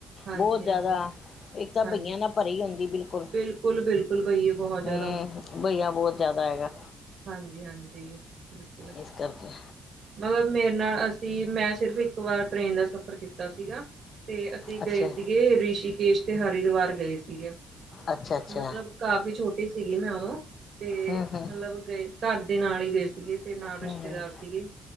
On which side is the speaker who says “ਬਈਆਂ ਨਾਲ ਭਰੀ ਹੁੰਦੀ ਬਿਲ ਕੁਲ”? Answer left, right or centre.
Left